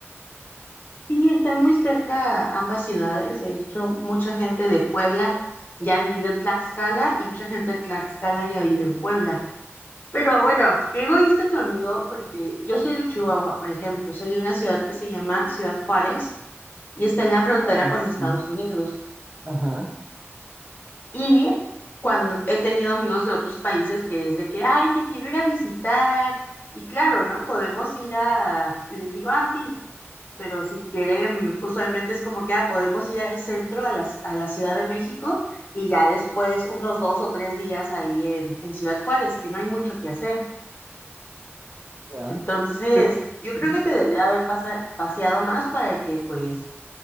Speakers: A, on the left (about 45°); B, on the right (about 25°).
A: Sí, están muy cerca ambas ciudades. De hecho, mucha gente de Puebla ya vive en Tlaxcala y mucha gente de Tlaxcala ya vive en Puebla. Pero
B: Ujú.
A: bueno, qué egoísta tu amigo, porque yo soy de Chihuahua, por ejemplo. Soy de una ciudad que se llama Ciudad Juárez y está en la frontera
B: Ay,
A: con
B: sí,
A: Estados Unidos.
B: ajá,
A: Y cuando he tenido amigos de otros países que desde que, ay, te quiero ir a visitar. Y claro, ¿no? Podemos ir a, les digo, ah, sí, pero si quieren, usualmente es como que ah, podemos ir al centro, a la, a la Ciudad de México, y ya después
B: Ujú.
A: unos dos o tres días ahí en, en Ciudad Juárez, que no hay mucho que hacer.
B: ya.
A: Entonces,
B: Pero
A: yo creo
B: ujú,
A: que te debía haber pasa- paseado más para que pues